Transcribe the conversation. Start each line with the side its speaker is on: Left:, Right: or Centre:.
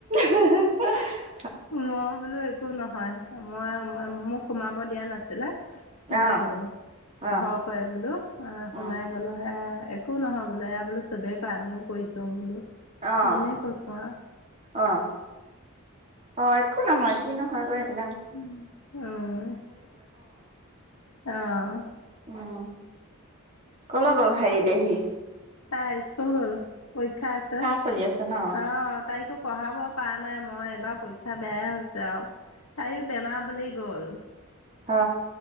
Right: হা, হা, হা
Left: মই বোলো একো নহয় মই মই ম মোক সোমাব দিয়া নাছিলে। সোমাই
Right: অ',
Left: গ'লো
Right: অ',
Left: ভয় কৰে বোলো অ সোমাই
Right: উম
Left: গ'লো সেয়া এ একো নহয় বোলে এয়া বোলো চবেই কৰে আমি কৰিছো বোলো।
Right: অহ
Left: এনে কৈছোঁ আৰু
Right: অহ অ' একো নহয় কি নহয় গৈ সেইবিলাক
Left: অ অ
Right: উম কলৈ গ'ল হেৰি দেহি।
Left: তাই স্কুল গ'ল পৰীক্ষা আছে
Right: চলি আছে ন
Left: অ তাইকো পঢ়াব পৰা নাই মই এইবাৰ পৰীক্ষা বেয়াই হৈছে আৱ তাইয়ো বেমাৰ বুলি গ'ল।
Right: অ